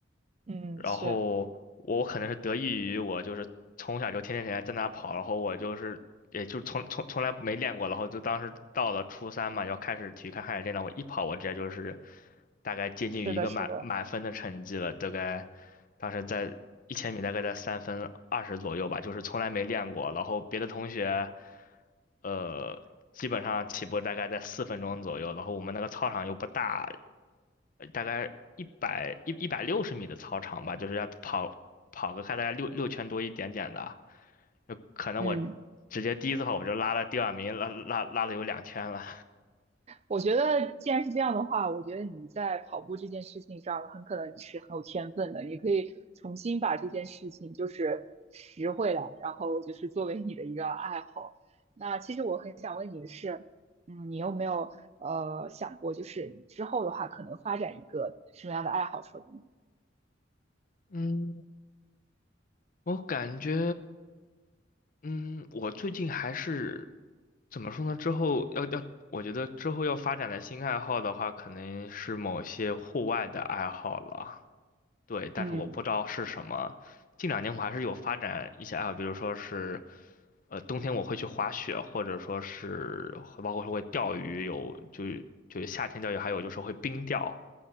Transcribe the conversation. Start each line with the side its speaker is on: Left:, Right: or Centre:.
Right: 嗯，
Left: 然后我可能是得益于我就是从小就天天天天在那跑，
Right: 是
Left: 然后我就是也就从从从来没练过，然后就当时到了初三嘛，要开始体育课开始练了，我一跑我直接就是大概接近于一个满满分的成绩了，
Right: 是的，是的，
Left: 大概当时在一千米大概在三分二十左右吧，就是从来没练过，然后别的同学呃基本上起步大概在四分钟左右，然后我们那个操场又不大，呃大概一百一一百六十米的操场吧，就是要跑跑个看大概六六圈多一点点的，就可能我
Right: 嗯。
Left: 直接第一次跑我就拉了第二名，拉拉拉了有两圈了。
Right: 我觉得，既然是这样的话，我觉得你在跑步这件事情上，很可能你是很有天分的。你可以重新把这件事情就是拾回来，然后就是作为你的一个爱好。那其实我很想问你的是，嗯，你有没有呃想过，就是你之后的话，可能发展一个什么样的爱好出来呢？
Left: 嗯，我感觉，嗯，我最近还是怎么说呢？之后要要，我觉得之后要发展的新爱好的话，可能是某些户外的爱好了。对，但是我不知道是什么。
Right: 嗯
Left: 近两年我还是有发展一些爱好，比如说是，呃，冬天我会去滑雪，或者说是会包括说会钓鱼，有就就夏天钓鱼，还有就是会冰钓。